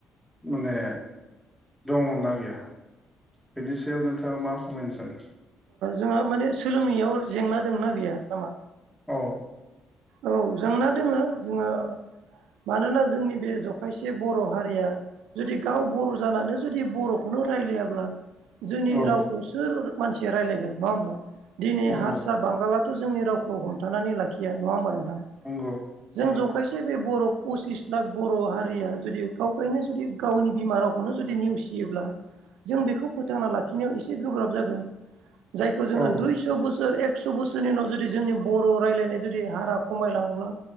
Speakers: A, in the centre; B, on the right (about 90°).
A: माने दङना गैया? बेनि सायाव नोंथाङा मा फोरमायनो सानो?
B: जोंहा माने सोलोंनायाव जेंना दंनाा बेयो नामा?
A: औ।
B: औ जोंना दोङो जोङो मानोना जोंनि बे जखायसे बर' हारिया जुदि गाव बर' जानानै जुदि बर'खौनो रायलायाब्ला जोंनि
A: औ
B: रावखौ सोर मानसिया रायज्लायगोन नङा होमब्ला? दिनै
A: नंगौ
B: हारसा बांगाला जोंनि रावखौ हमथानानै लाखिया नङा होमबा नोंथां?
A: नंगौ
B: जों
A: औ
B: ज'खायसे बे बर' पसिस लाख बर' हारिया जुदि गाव गायनो जुदि गावनि बिमा रावखौनो जुदि नेवसियो जों बेखौ फोथांना लाखिनायाव एसे गोब्राब जागोन। जायखौ जोङो
A: औ
B: दुइस' बोसोर एकस' बोसोरनि उनाव जुदि जोंनि बर' रायज्लायनाय जुदि हारा खमायलाङोब्ला